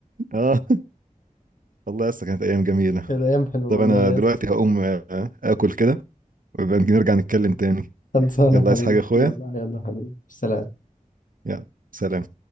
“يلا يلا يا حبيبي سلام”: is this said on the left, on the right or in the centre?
Left